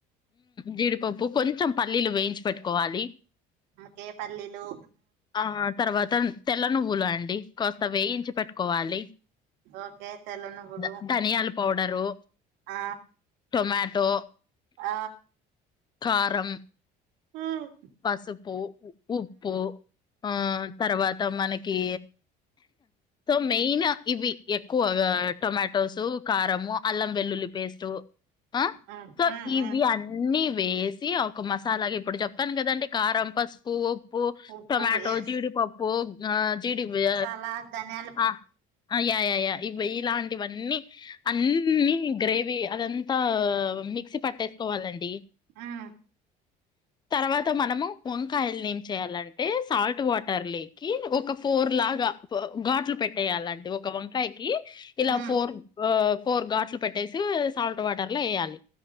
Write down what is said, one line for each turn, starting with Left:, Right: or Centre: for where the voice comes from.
Left: జీడిపప్పు కొంచెం పల్లీలు వేయించి పెట్టుకోవాలి
Right: ఓకే పల్లీలు
Left: ఆ తర్వాత తెల్ల నువ్వులు అండి కాస్త వేయించి పెట్టుకోవాలి
Right: ఓకే తెల్ల నువ్వులు
Left: ధ ధనియాల పౌడరు
Right: ఆ
Left: టొమాట్ టో
Right: ఆ
Left: కారం
Right: మ్మ్
Left: పసుపు ఉప్పు ఆ తర్వాత మనకి సో మెయిన్ ఇవి ఎక్కువ టొమాటోస్ కారము అల్లం వెల్లుల్లి పేస్టు ఆ
Right: మ్మ్
Left: సో
Right: మ్మ్ మ్మ్
Left: ఇవి అన్నీ వేసి ఒక మసాలాగా ఇప్పుడు చెప్పను కదండి కారం పసుపు ఉప్పు
Right: ఉప్పు
Left: టొమాటో
Right: ఎస్
Left: జీడిపప్పు ఆ జీడి వే
Right: వా ధనే
Left: ఆ ఆ యయ య ఇ ఇలాంటివన్నీ అన్ని అన్ని గ్రేవి అదంతా మిక్సీ పట్టేసుకోవాలండి
Right: మ్మ్
Left: తర్వాత మనము వంకాయల్ని ఏం చేయాలంటే సాల్ట్ వాటర్ లేకి ఒక ఫోర్ లాగా ఘాట్లు పెట్టేయాలండి ఒక వంకాయకి ఇలా
Right: మ్మ్
Left: ఫోర్ ఫోర్ ఘాట్లు పెట్టేసి సాల్ట్ వాటర్ లో వేయాలి